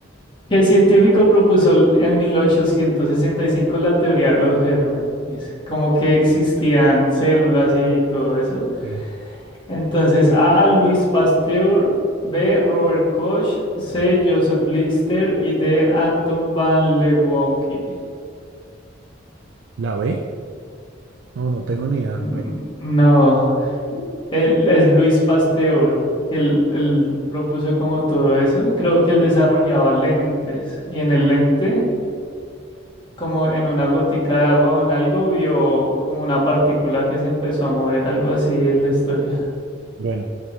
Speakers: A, on the left; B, on the right.
A: ¿Qué científico propuso en 1865 la teoría de los gérmenes? Como que existían células y todo eso.
B: Ok.
A: Entonces, A. Luis Pasteur, B. Robert Koch, C. Joseph Lister y D. Anton van Leeuwenhoek.
B: ¿La B? No, no tengo ni idea.
A: Mm, No, él es Luis Pasteur, que él, él propuso como todo eso. Creo que él desarrollaba lentes y en el lente como en una gotica de agua o en algo, vio como una partícula que se empezó a mover, algo así es la historia.
B: Bueno,